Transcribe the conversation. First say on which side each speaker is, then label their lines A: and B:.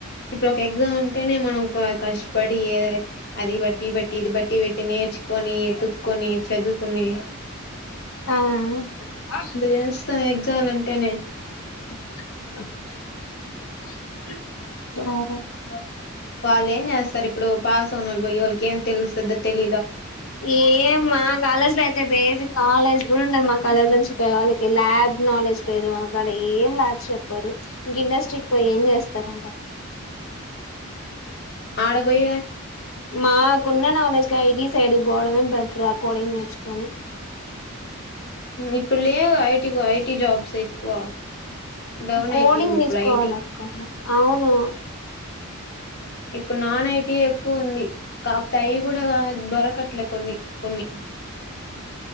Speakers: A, on the left; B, on the left.
A: ఇప్పుడు ఒక ఎగ్జామ్ అంటేనే మనంశ పడి యే అది బట్టి బట్టి ఇది బట్టి పెట్టి నేర్చుకొని ఎతు చదుకున్ని
B: ఆ ఆ
A: ఇంత చేస్తాం ఎగ్జామ్లు అంటేనే
B: సరే
A: వాళ్ళేం జెస్తారు ఇప్పుడు పాస్ అవునోళ్ల బోయళ్ళకీ ఏం తెలుస్తద తెలి
B: ఏం మా కాలేజ్ లో అయితే బేసిక్ నాలెడ్జ్ గుడా ఉండదు మాక్ కాలేజ్ నుంచి పోయే వాళ్ళకి ల్యాబ్ నాలెడ్జ్ లేదు. మన కడ ఏం ల్యాబ్స్ చెప్ ప్పరు ఇంక ఇండస్ట్రీకి పోయి ఎం చేస్తార్ ఆడ
A: ఆడ బోయ
B: మాకున్న నాలెడ్జ్ కి ఐటీ సైడ్ కి బోవడమే బెటర్ అ కోడింగ్ నేర్చుకొని
A: ఇప్పులేవ్ ఐటీ ఐటి జాబ్స్ ఎక్కువ డౌన్
B: కోడింగ్
A: అయిపోయింది
B: తీసుకోవాలి
A: ఇప్పుడు ఐటీ
B: అక్క అవును
A: ఇప్పుడు నాన్ ఐటి ఎ ఎక్కువ ఉంది. కాపోతే అయి గుడా దొరకట్లే కొన్ని కొన్ని